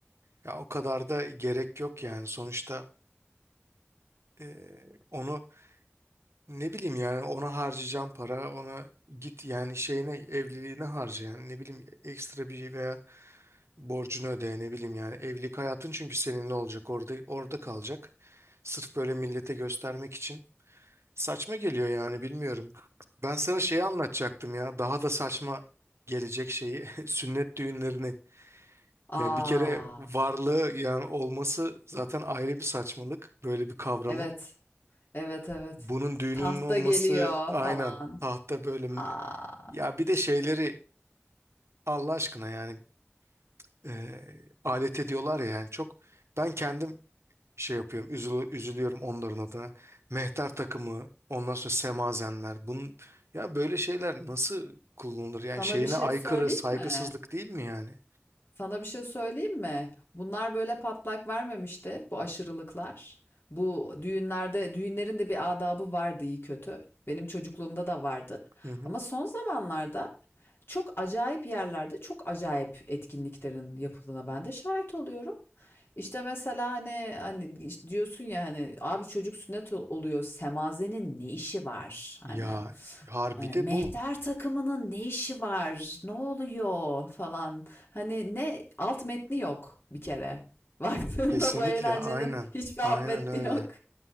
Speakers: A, on the right; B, on the left.
A: Ya o kadar da gerek yok yani sonuçta e, onu Ne bileyim yani ona harcayacağım para ona git yani şeyine evliliğine harca yani ne bileyim ekstra bir şey veya borcunu öde ne bileyim yani evlilik hayatın çünkü seninle olacak orada orada kalacak. Sırf böyle millete göstermek için saçma geliyor yani bilmiyorum. Ben sana şeyi anlatacaktım ya daha da saçma gelecek şeyi <laughs> sünnet düğünlerini. Yani
B: Aa
A: bir kere varlığı yani olması zaten ayrı bir saçmalık böyle bir kavramın.
B: evet evet evet.
A: Bunun düğününün
B: Tahta
A: olması
B: geliyor
A: aynen
B: falan.
A: tahta böyle
B: Aa,
A: Ya bir de şeyleri Allah aşkına yani e, alet ediyorlar ya yani çok ben kendim şey yapıyorum üzülü, üzülüyorum onların adına. Mehter takımı ondan sonra semazenler bunun ya böyle şeyler nasıl kullanılır yani
B: sana
A: şeyine
B: bir şey
A: aykırı
B: söyleyeyim
A: saygısızlık
B: mi?
A: değil mi yani?
B: Sana bir şey söyleyeyim mi? Bunlar böyle patlak vermemişti bu aşırılıklar. Bu düğünlerde, düğünlerin de bir adabı vardı iyi kötü. Benim çocukluğumda da vardı.
A: Hı hı.
B: Ama son zamanlarda çok acayip yerlerde çok acayip etkinliklerin yapıldığına ben de şahit oluyorum. İşte mesela hani hani işte diyorsun ya hani abi çocuk sünnet oluyor semazenin ne işi var
A: Ya
B: hani
A: harbi
B: hani
A: de
B: mehter
A: bu
B: takımının ne işi var ne oluyor falan hani ne alt metni yok bir kere <laughs> baktığında
A: kesinlikle
B: bu eğlencenin
A: aynen
B: hiçbir
A: aynen
B: alt metni
A: öyle.
B: yok